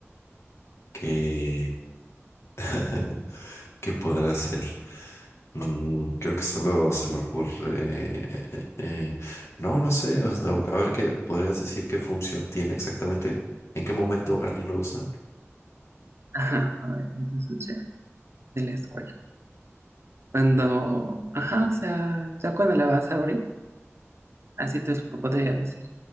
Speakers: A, on the left; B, on the right.
A: ¿qué? <laughs> ¿Qué podrá hacer? Mm, creo que solo se me ocurre... eh, eh, eh, No, no sé. o sea, a ver qué podrías decir qué función tiene exactamente. ¿En qué momento alguien lo usa?
B: ajá, a ver, en tu estuchera de la escuela. Cuando, ajá, o sea, ya cuando la vas a abrir, así te lo podría decir.